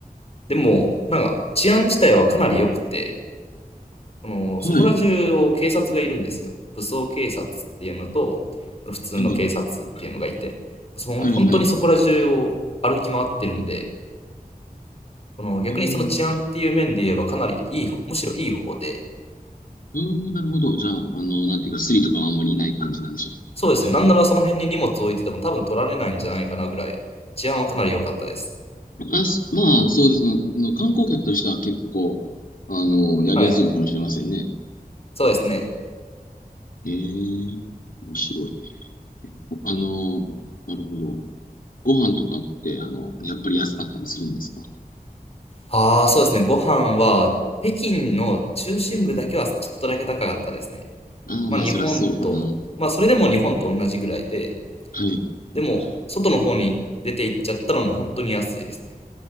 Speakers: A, on the left; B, on the left.
A: でも、なんか、治安自体はかなり良くて、この、そこら中を警察がいるんですよ。
B: はい。
A: 武装警察っていうのと、この普通の警察っていうのがいて、
B: はい。
A: その本当にそこら中を歩き回ってるんで、
B: はい、はい。
A: この逆にその治安っていう面で言えばかなりいい方、
B: ああ、なる
A: むしろいい方で、
B: うーん、なるほど。じゃあ、あの、なんていうか、スリとかはあんまりいない感じなんでしょ
A: そうですね、なんならその辺に荷物置いてても多分取られないんじゃないかなぐらい、治安はかなり良かったです。
B: うか。あ、すまあ、そうです。あの、観光客としては結構、あの、やりやすいのかもしれませんね。
A: はい、そうですね。
B: ええ、面白い。あの、なるほど。ご飯とかって、あの、やっぱり安かったりするんですか
A: ああ、そうですね、ご飯は北京の中心部だけはちょっとだけ高かったですね。
B: ああー、
A: まあ日本と、
B: まあ、そりゃそうかな。
A: まあそれでも日本と同じぐらいで、
B: はい。
A: でも外の方に出て行っちゃったらもう本当に安いですね。